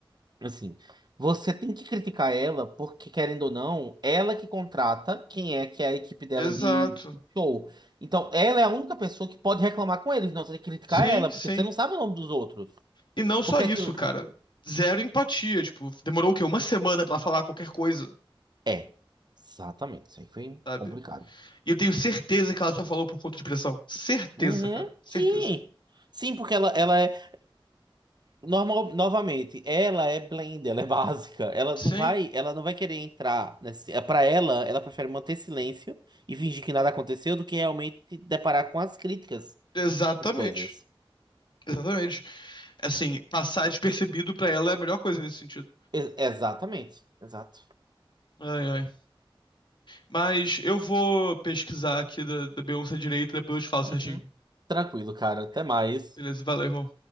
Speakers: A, on the right; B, on the left.
A: assim, você tem que criticar ela, porque, querendo ou não, ela que contrata quem é que é a equipe dela
B: Exato.
A: de, de show. Então, ela é a única pessoa que pode reclamar com eles. Não, você tem que criticar
B: Sim,
A: ela,
B: sim.
A: porque você não sabe o nome dos outros.
B: E não só
A: Porque
B: isso,
A: aquilo.
B: cara. Zero empatia, tipo, demorou o quê? Uma semana pra falar qualquer coisa,
A: É, exatamente. Isso aí foi
B: sabe?
A: complicado.
B: E eu tenho certeza que ela só falou por conta de pressão. Certeza,
A: Uhum,
B: cara. Certeza.
A: sim. Sim, porque ela, ela é. Normal, novamente, ela é blend, ela é <laughs> básica. Ela
B: Sim.
A: não vai, ela não vai querer entrar nesse, é, para ela, ela prefere manter silêncio e fingir que nada aconteceu do que realmente se deparar com as críticas
B: Exatamente.
A: das coisas.
B: Exatamente. Assim, passar despercebido pra ela é a melhor coisa nesse sentido.
A: E- exatamente, exato.
B: Ai, ai. Mas eu vou pesquisar aqui da, da Beyoncé direito, depois eu te falo certinho.
A: Uhum. Tranquilo, cara. Até mais.
B: Beleza? Valeu, irmão.